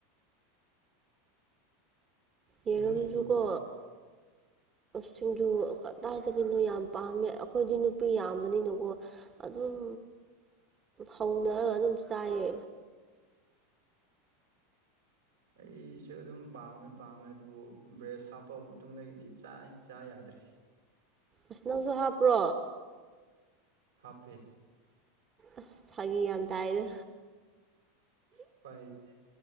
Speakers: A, on the right; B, on the right.
A: ꯌꯦꯔꯨꯝꯁꯨꯀꯣ
B: ꯄꯪꯁꯨ ꯁꯤꯡꯖꯨ ꯄꯥꯝꯕ꯭ꯔꯣ
A: ꯁꯤꯡꯖꯨ ꯀꯗꯥꯏꯗꯒꯤꯅꯣ ꯌꯥꯝ ꯄꯥꯝꯃꯦ ꯑꯩꯈꯣꯏꯗꯤ ꯅꯨꯄꯤ ꯌꯥꯝꯕꯅꯤꯅꯀꯣ ꯑꯗꯨꯝ ꯍꯧꯅꯔꯒ ꯑꯗꯨꯝ ꯆꯥꯏꯌꯦ
B: ꯑꯩꯁꯨ ꯑꯗꯨꯝ ꯄꯥꯝꯃꯦ ꯄꯥꯝꯃꯦ ꯑꯗꯨꯕꯨ ꯕ꯭ꯔꯦꯁ ꯍꯥꯞꯄ ꯃꯇꯨꯡꯗꯒꯤꯗꯤ ꯆ ꯆꯥ ꯌꯥꯗꯦ ꯦ
A: ꯑꯁ ꯅꯪꯁꯨ ꯍꯥꯞꯄ꯭ꯔꯣ
B: ꯍꯥꯄꯦ
A: ꯑꯁ ꯐꯥꯒꯤ ꯌꯥꯝ ꯇꯥꯏꯗ
B: ꯎꯄꯥꯏ ꯂꯩꯇꯦ